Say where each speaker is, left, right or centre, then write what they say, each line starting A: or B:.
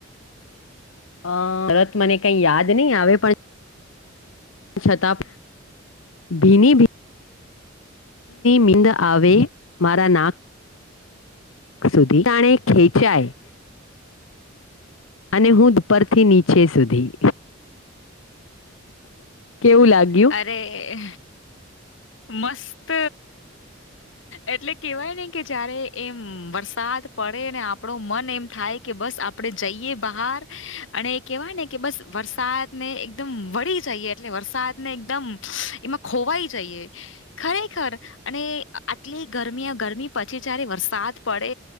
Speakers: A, on the left; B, on the left.
A: અ તરત મને કઈ યાદ નહી આવે પણ છતાં ભીની ભીની મિંદ આવે મારા નાક સુધી જાણે ખેંચાય અને હું ઉપરથી નીચે સુધી. કેવું લાગ્યું?
B: અરે. મસ્ત એટલે કેવાય ને કે જયારે એમ વરસાદ પડે ને આપણો મન એમ થાય કે બસ આપડે જઈએ બહાર અને કેવાય ને કે બસ વરસાદને એકદમ વળી જઈએ એટલે વરસાદ ને એકદમ એમાં ખોવાય જઈએ ખરેખર અને આટલી ગરમી ગરમી પછી જયારે વરસાદ પડે